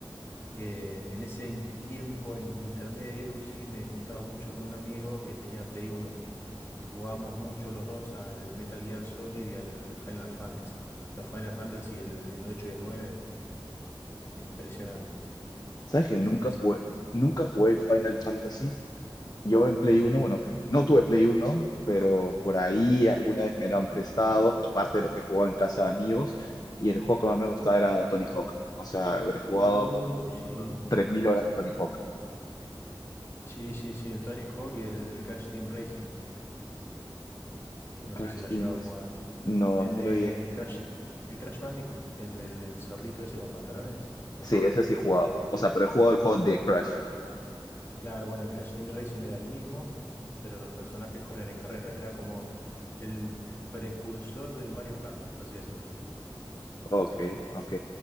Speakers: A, on the left; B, on the left.
A: Eh, en ese in- tiempo, en intermedio, sí me juntaba mucho con un amigo que tenía Play 1 y jugábamos mucho los dos al Metal Gear Solid y al Final Fantasy. Los Final Fantasy, el, el 8 y el 9, impresionantes.
B: ¿Sabes que
A: Impresionantes.
B: nunca jugué, nunca jugué Final Fantasy? Yo en Play
A: ¿En serio?
B: uno bueno, que no tuve Play uno pero por ahí alguna vez me lo han prestado, aparte de lo que jugaba en casa de amigos, y el juego que más me gustaba era Tony Hawk. O sea, habré jugado
A: Uy,
B: pues,
A: sí.
B: 3000 horas de Tony Hawk.
A: Sí, sí, sí, el Tony Hawk y el Crash Team Racing. No
B: Crash
A: sé si lo
B: Team
A: has llegado
B: Racing.
A: a jugar.
B: No,
A: El
B: no
A: de
B: lo llegué.
A: Crash, el Crash Bandicoot, el, el el zorrito ese con pantalones.
B: Sí, ese sí he jugado. O sea, pero he jugado el juego
A: Bueno,
B: de Crash.
A: Claro, bueno, el Crash Team Racing era el mismo, Mm. pero los personajes corrían en carreras. Era como el precursor del Mario Kart, por así decirlo.
B: Ok, ok.